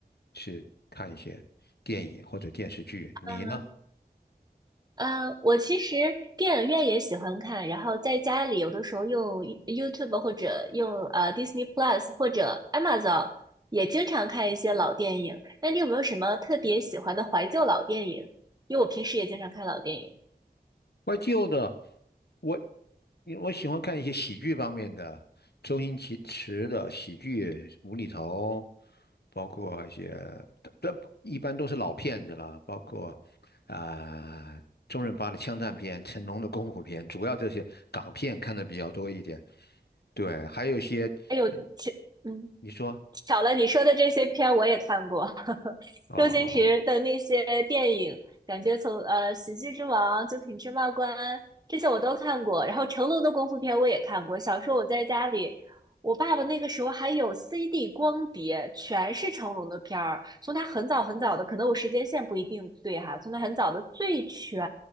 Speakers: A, on the left (about 75°); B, on the right (about 25°).
A: 去看一些电影或者电视剧。你呢？
B: 嗯嗯，我其实电影院也喜欢看，然后在家里有的时候用 YouTube 或者用呃 Disney Plus 或者 Amazon 也经常看一些老电影。那你有没有什么特别喜欢的怀旧老电影？因为我平时也经常看老电影。
A: 怀旧的，我因为我喜欢看一些喜剧方面的，周星驰驰的喜剧无厘头，包括一些，这一般都是老片子了，包括啊、周润发的枪战片、成龙的功夫片，主要这些港片看的比较多一点。对，还有一些，
B: 哎呦，
A: 嗯
B: 嗯
A: 你说，
B: 巧了，你说的这些片我也看过，<laughs>
A: 哦哦哦，
B: 周星驰的那些电影，感觉从呃《喜剧之王》《九品芝麻官》这些我都看过，然后成龙的功夫片我也看过。小时候我在家里，我爸爸那个时候还有 CD 光碟，全是成龙的片儿，从他很早很早的，可能我时间线不一定对哈，从他很早的《醉拳》